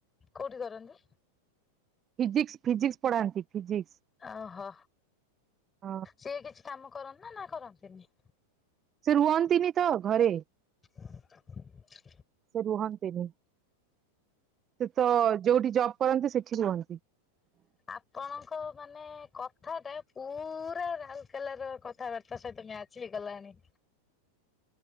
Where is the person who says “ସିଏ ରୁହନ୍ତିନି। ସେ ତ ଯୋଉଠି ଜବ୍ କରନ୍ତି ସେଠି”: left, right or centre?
Right